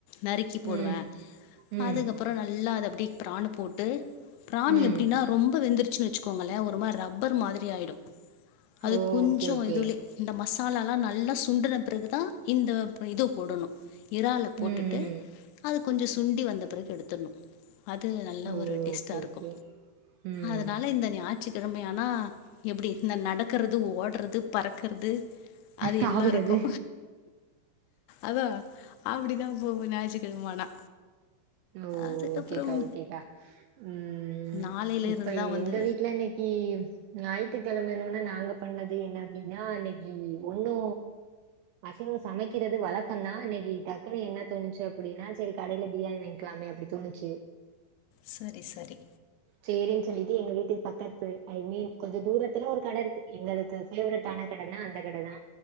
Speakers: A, on the left (about 85°); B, on the right (about 85°).
A: நறுக்கி போடுவே
B: ம் ம்
A: அதுக்கப்பறோ நல்லா அத அப்டி பிரான் போட்டு பிரான்
B: ம்
A: எப் டினா ரொம்ப வெந்துருச்சு வச்சுக்கோங்களே ஒரு மாரி ரப்பர் மாரி ஆயிடு அது
B: ஓ
A: கொஞ்சோ
B: ஓகே ஓகே
A: இதுவலே இந்த மசாலாலா நல்லா சுண்டுன பெறகு தா இந்த இது போடணு இறால போட்டுட்டு
B: ம் ம்
A: அது கொஞ்சோ சுண்டி வந்த பெறகு எடுத்துருணு அது நல்ல
B: ஓ
A: ஒரு டேஸ்டா
B: ஓகே
A: இருக்கு
B: ஓகே ம்
A: அதனால இந்த ஞா யிற்று கெழம ஆனா எப்டி இந்த நடக்குறது ஓடுறது பறக்குறது அது
B: தாவுறது
A: எல்லா ருக்கு அதா அப்டிதா போகு ஞாயிற்றுக்கெழம ஆனா
B: ஓ
A: அதுக்கப்புறம்
B: ஓகேக்கா ஓகேக்கா ம்
A: நாளையில
B: இப்ப
A: இருந்துதா வந்து
B: எங்க வீட்ல இன்னைக்கி ஞாயித்துக்கெழமனோன நாங்க பண்ணது என்ன அப்டின்னா இன்னைக்கி ஒண்ணு அசைவோ சமைக்கிறது வழக்கந் தா இன்னைக்கி டக்குனு என்ன தோணுச்சு அப்டின்னா செரி கடைல பிரியாணி வாங் க்கிலாமே அப்டி தோணுச்சு
A: செரி செரி
B: சேரின்னு சொல்லிட்டு எங்க வீட்டு பக்கத்து ஐ மீன் கொஞ்ச தூரத்துல ஒரு கட இருக்கு எங்களுக்கு ஃபேவரட்டான கடனா அந்த கட தா